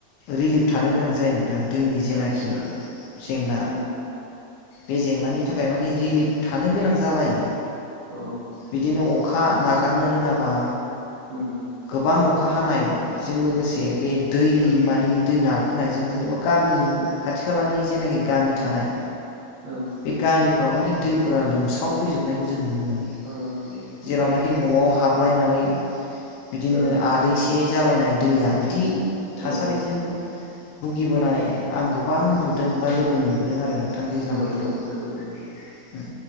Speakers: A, on the left; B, on the right.
A: रिलिफ थानो गोनां जायो नों दैनि जेनाखि
B: आतसा
A: जेंना
B: उम
A: बे जेंनानि थाखाय माने रिलिफ थानो गोनां जालायो
B: अ
A: बिदिनो अखा नागारनो रोङाबा
B: उम
A: गोबां अखा हानायजों लोगोसे बे दैमानि
B: औ
A: दै नार होनायजों जेनेबा गामि
B: औ
A: खाथि खालानि जेनाखि गामि थानाय
B: औ
A: बे गामि फोराव माने दैफोरा लोमसाव फैजोबनायखौ जों नुनो मोनो
B: ओ आतसा
A: जेरावनाखि
B: आतसा
A: न'आव हाबलायनानै बिदिनो
B: औ
A: आदैसे जालायनाय दैया बिदि थासारिजों
B: औ
A: भुगिबोनाय आं गोबां नुदों बा लोगो
B: उम
A: मोनबोदों आरो नोंथां दैज्लां
B: औ
A: बोथोराव
B: नंगौ नोंथां नंगौ नंगौ नंगौ